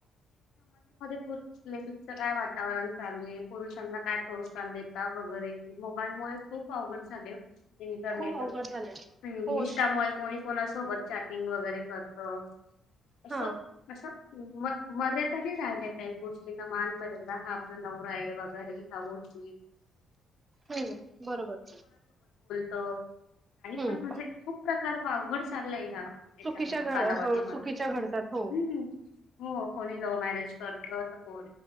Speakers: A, on the left; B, on the right.
A: लेडीज काय वातावरण चालू पुरुषांना काय प्रोत्साहन देता वगैरे मोबाईलमुळे खूप अवघड झाले इंटरनेट
B: खूप अवघड झालंय हो
A: इन्स्टामुळे कोणी कोणासोबत चॅटिंग वगैरे करत असं
B: हा
A: असं म मर्यादा नाही राहिल्या काही गोष्टींना मान मर्यादा हा आपला नवरा आहे वगैरे गोष्टी
B: हा बरोबर
A: त
B: हम्म
A: पण म्हणजे खूप प्रकार प अवघड चाललय ह्या त्याच्यामध्ये
B: चुकीच्या घड्
A: कालावधीमध्ये
B: हो चुकीच्या घडतात हो
A: हम्म हो कोणी लव्ह मॅरेज करतो तर कोण